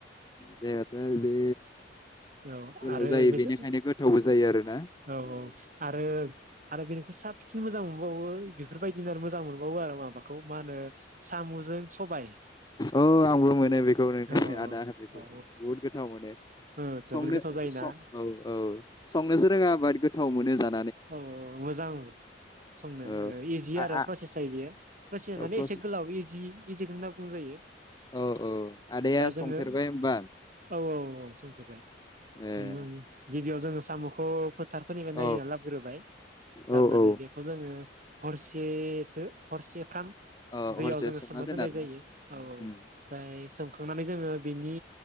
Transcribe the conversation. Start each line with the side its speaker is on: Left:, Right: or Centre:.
Left: जेहेथु बे
Right: औ
Left: गोलाव
Right: आरो
Left: जायो
Right: बेसो
Left: बेनिखायनो गोथावबो जायो आरोना
Right: औ औ
Left: उम
Right: आरो। आरो बेनिख्रुय साबसिन मोजां मोनबावो बेफोरबायदि। दिनार मोजां मोनबावो आरो माबाखौ मा होनो सामजों सबाय।
Left: ओ आंबो मोनो
Right: औ
Left: बेखौ नोंथा
Right: औ
Left: आदा होन बेखौ
Right: औ
Left: बुहुद गोथाव मोनो।
Right: औ जोबोद
Left: संनो
Right: गोथाव जायोना
Left: सौ औ औ संनोसो रोंङा बाद गो <unintelligible>
Right: उम मोजां संनो
Left: औ
Right: रोंगो इजि
Left: आ
Right: आरो
Left: आ
Right: प्रसेसा इयो प्रसेस
Left: औ
Right: माने
Left: प्रस
Right: एसे गोलाव इजि इजिखौनो होनना बुंजायो । ओ
Left: औ औ आदाया
Right: दा जोङो
Left: संफेरबाय होमबा
Right: औ औ औ संफेबाय
Left: ए
Right: <unintelligible> गिबियाव जोङो साम'खौ फोद थाखारफोरनिफ्राय
Left: औ
Right: नागिरना लाब ग्रोबाय लाबनानै
Left: औ औ
Right: बेखौ जोङो हरसेसो हरसेफ्राम दैयाव
Left: ओ हरसे
Right: जोङो सोमना
Left: दोनो
Right: दोननाय
Left: आरोना
Right: जायो औ औ ओमफ्राय
Left: उम
Right: सोमखांनानै जोङो बेनि